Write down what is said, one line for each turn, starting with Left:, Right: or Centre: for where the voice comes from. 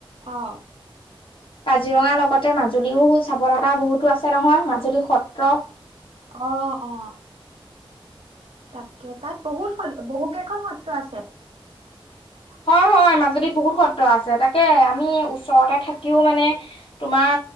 Right: অ
Left: কাজিৰঙা লগতে মাজুলীও চাব লগা বহুতো আছে নহয় মাজুলী সত্ৰ।
Right: অ', অ'। তাকে, তাত বহুত সত বহু কেইখন সত্ৰ আছে।
Left: হয়, হয় মাজুলীত বহুত সত্ৰ আছে। তাকে আমি ওচৰতে থাকিও মানে তোমাৰ